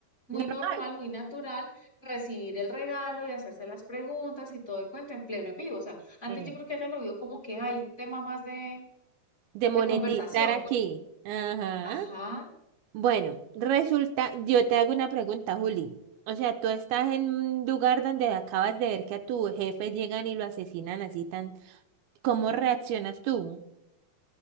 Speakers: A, on the left; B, on the right.
A: muy
B: Normal.
A: normal, muy natural recibir el regalo y hacerse las preguntas y todo el cuento en pleno en vivo. O sea, antes
B: eh,
A: yo creo que ella lo vio como que hay un tema más de,
B: de monetizar
A: de conversación,
B: aquí.
A: pues.
B: Ajá.
A: Ajá.
B: Bueno, resulta, yo te hago una pregunta, Juli. O sea, tú estás en un lugar donde acabas de ver que a tu jefe llegan y lo asesinan así tan. ¿Cómo reaccionas tú?